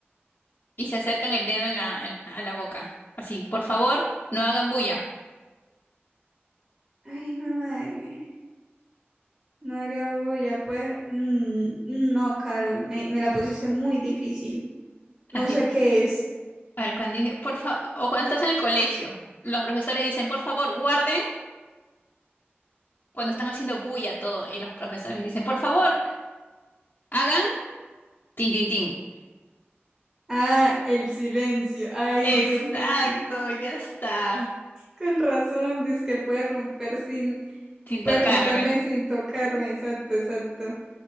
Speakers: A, on the left; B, on the right.
A: y se acercan el dedo en la, en- a la boca, así, por favor, no hagan bulla.
B: <laughs> Ay, hijo de madre. No hagas bulla, pues. Mm, no, Carol, me, me la pusiste muy difícil. No
A: Así,
B: sé qué es.
A: a ver, cuando dije, por favor, o cuando estás en el colegio, los profesores dicen, por favor, guarden. cuando están haciendo bulla todo y los profesores dicen, por favor, hagan tin, tin, tin.
B: Ah, el silencio. Ay,
A: Exacto,
B: Dios mío.
A: ya está.
B: Con razón, dice que puedes romper sin,
A: Sin
B: puedes
A: tocarme.
B: romperme sin tocarme, exacto, exacto.